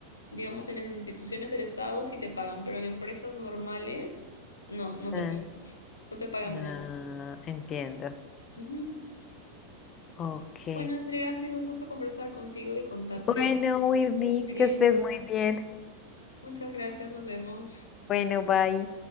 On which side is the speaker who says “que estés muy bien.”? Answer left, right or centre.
Left